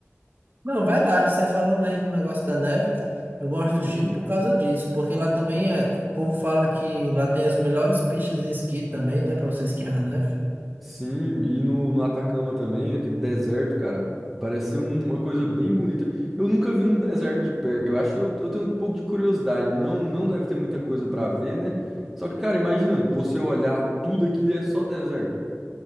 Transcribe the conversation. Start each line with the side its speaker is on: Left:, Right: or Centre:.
Right: Não, verdade, você falando aí do negócio da neve, eu gosto
Centre: Uhum.
Right: do Chile por causa disso, porque lá também é, o povo fala que lá tem as melhores pistas de esqui também, né, para você esquiar na neve.
Centre: Sim, e no, no Atacama também, aquele deserto, cara, parece ser um- uma coisa bem bonita. Eu nunca vi um deserto de perto, eu acho que eu, eu tenho um pouco de curiosidade, não, não deve ter muita coisa pra ver, né? Só que, cara, imagina, você olhar tudo aquilo e é só deserto.